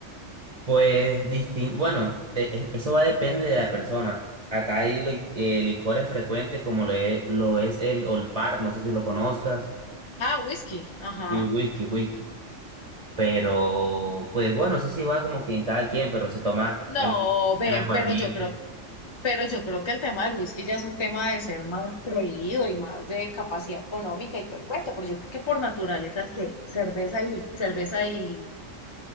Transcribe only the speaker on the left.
Ah, whisky, ajá.
No,
ven,
pero yo creo, pero yo creo que el tema del whisky ya es un tema de ser más creído y más de capacidad económica y todo el cuento, pero yo creo que por naturaleza es que cerveza y cerveza y,